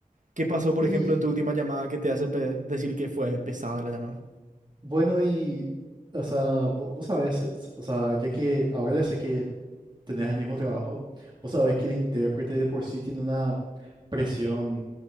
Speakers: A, on the right; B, on the right.
A: ¿Qué pasó, por
B: Y
A: ejemplo, en tu última llamada que te hace pe- decir que fue pesada la llamada?
B: Bueno, y, o sea, vo- vos, sabés, s- o sea, ya que ahora ya sé que tenés el mismo trabajo, vos sabés que el intérprete de por sí tiene una presión